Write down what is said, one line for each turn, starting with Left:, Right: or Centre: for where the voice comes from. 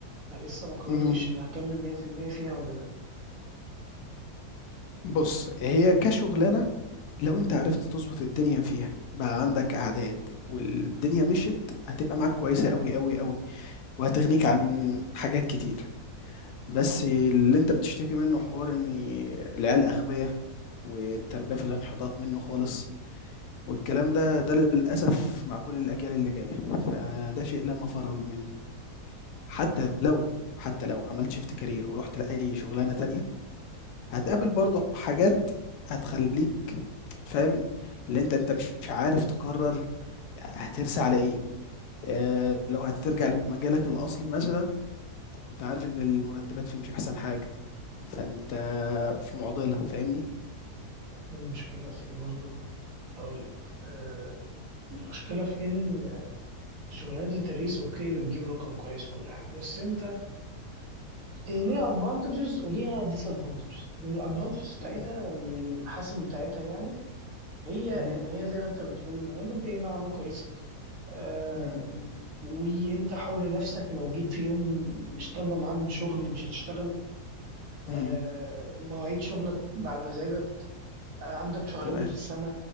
Right: فلسه ما قررتش
Left: اهم.
Right: أنا هكمل 100% فيها ولا لأ
Left: بُص، هي كشُغلانة لو أنت عرفت تضبط الدنيا فيها، بقى عندك أعداد والدنيا مشيت، هتبقى معاك كويسة أوي، أوي، أوي. وهتغنيك عن حاجات كتير، بس اللي أنت بتشتكي منه حوار إن العيال أغبيا، والتربية في الانحطاط منه خالص، والكلام ده، ده للأسف مع كل الأجيال اللي جاية، فده شيء لا مفر منه، حتى لو حتى لو عملت shift career ورُحت لأي شغلانة تانية، هتقابل برضه حاجات هتخلّيك فاهم، اللي أنت أنت مش عارف تقرر هترسى على إيه، آآ، لو هترجع لمجالك الأصلي مثلًا، أنت عارف إن المرتبات فيه مش أحسن حاجة. فأنت في معضلة، فاهمني؟
Right: المشكلة في إيه برضو؟ أقول لك آه، المشكلة في إن شغلانة التدريس أوكي بتجيب رقم كويس وكل حاجة بس أنت هي ليها ادفانتجز وليها ديس ادفانتجز من الادفانتجز بتاعتها
Left: إمم،
Right: او من المحاسن بتاعتها يعني هي
Left: اهم،
Right: ان هي زي ما انت بتقول ان هي ماديا نوعا ما كويسه آه
Left: اهم،
Right: وانت حر نفسك لو جيت في يوم مش طالبه معاك بشغل مش هتشتغل آه
Left: اهم،
Right: مواعيد شغلك على مزاجك آه عندك شهرين
Left: تمام،
Right: في السنه